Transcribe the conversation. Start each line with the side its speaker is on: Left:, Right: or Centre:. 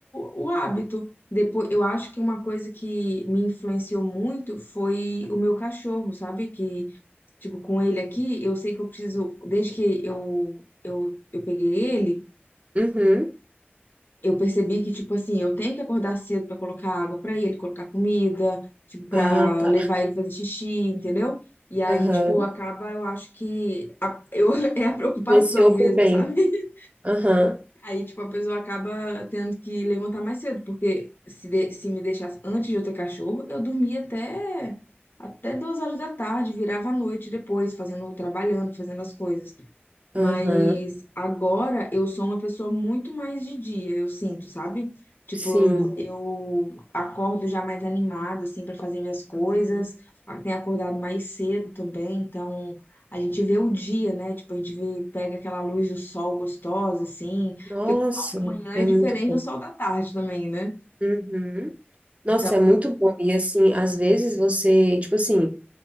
Left: o hábito. Depois, eu acho que uma coisa que me influenciou muito foi o meu cachorro, sabe? Que, tipo, com ele aqui, eu sei que eu preciso, desde que eu, eu, eu peguei ele,
Right: Uhum.
Left: eu percebi que, tipo assim, eu tenho que acordar cedo pra colocar água pra ele, colocar comida, tipo, pra
Right: Ah, tá.
Left: levar ele fazer xixi, entendeu? E aí,
Right: Aham.
Left: tipo, acaba, eu acho que a- eu, <laughs> é a preocupação
Right: Influenciou
Left: mesmo,
Right: pro bem.
Left: sabe? <laughs>
Right: Aham.
Left: Aí, tipo, a pessoa acaba tendo que levantar mais cedo, porque se, de- se me deixasse antes de eu ter cachorro, eu dormia até até duas horas da tarde, virava a noite depois, fazendo, trabalhando, fazendo as coisas. Mas
Right: Aham.
Left: agora eu sou uma pessoa muito mais de dia, eu sinto, sabe? Tipo,
Right: Sim.
Left: eu acordo já mais animada, assim, para fazer minhas coisas.
Right: Uhum.
Left: Ah, Tenho acordado mais cedo também, então a gente vê o dia, né? Tipo, a gente vê, pega aquela luz do sol gostosa, assim,
Right: Nossa,
Left: porque o sol da manhã
Right: é
Left: é diferente
Right: muito bom.
Left: do sol da tarde também, né?
Right: Uhum. Nossa,
Left: Então,
Right: é muito bom. E assim, às vezes você, tipo assim,